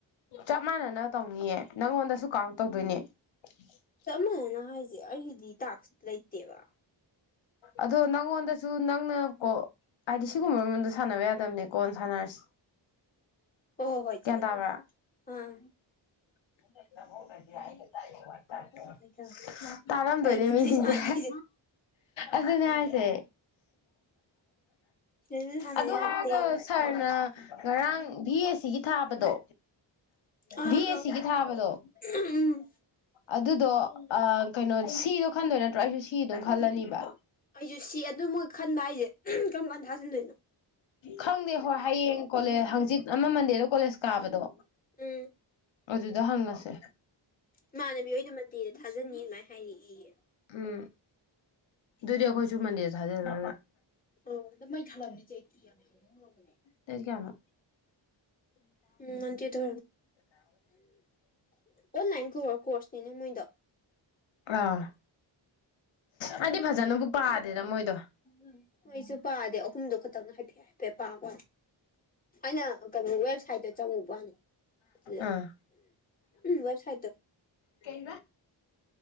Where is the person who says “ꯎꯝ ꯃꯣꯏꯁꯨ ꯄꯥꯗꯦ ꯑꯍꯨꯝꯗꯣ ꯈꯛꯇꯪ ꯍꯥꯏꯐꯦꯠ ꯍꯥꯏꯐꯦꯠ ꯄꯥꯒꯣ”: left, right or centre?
Left